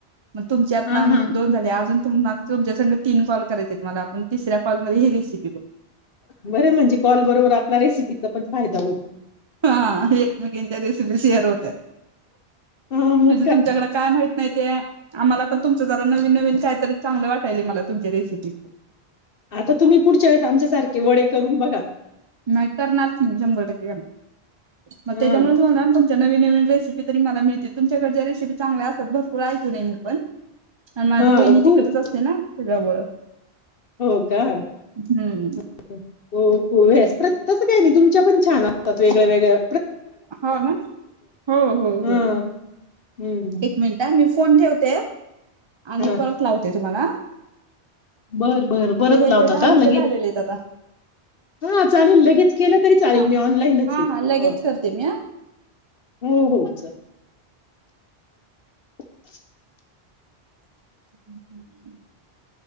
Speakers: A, on the right; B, on the left.
A: मग तुमचे आताम
B: हा हा.
A: दोन झाले अजून <unintelligible> तुमच्या संग तीन कॉल करायचेत मला पण तिसऱ्या कॉल मध्ये हे रेसि
B: बर आहे, म्हणजे कॉल बरोबर आपला रेसीपी, तिचा पण फायदा होईल.
A: हा एकमेकींच्या रेसिपी शेअर होत्यात
B: हा मग
A: म्हणजे तुमच्याकडं काय माहित नाही ते आम्हालापण तुमच्या नवीन नवीन काहीतरी चागलं वाटालय मला तुमच्या रेसीपी,
B: आता तुम्ही पुढच्यावेळेस आमच्या सारखे वडे करून बघा.
A: नायतर <unintelligible> शंभर टक्के <unintelligible> म
B: हा
A: त्याच्यामुळंच होणार ना तुमच्यात नवीन नवीन रेसिपी तरी मला मिळतील तुमच्याकडच्या रेसिपी चांगल्या असतात भरपूर ऐकून आहे मी पण माझी
B: हा
A: वहिनी
B: खूप
A: तिकडचीच असते ना, <unintelligible>
B: हो का
A: हम्म
B: हो <unintelligible> तस काय नाही तुमच्यापण छान असतात वेगळ्यावेगळ्या
A: हो ना हो हो
B: हा
A: हो
B: हम्म
A: एक मिनिट हा मी फोन ठेवतेय. आणि
B: हा
A: परत लावते तुम्हाला अ.....
B: बर बर परत
A: ह्याचे
B: लावता
A: दहा
B: का
A: मिनिटं
B: लगे?
A: झालेले आहेत आता
B: हां चालेल लगेच केलं तरी चालेल
A: हा
B: मी ऑनलाईन
A: हा
B: चय
A: हा लगेच
B: ह
A: करते मी हा
B: हो हो चा. <inaudible>
A: <inaudible>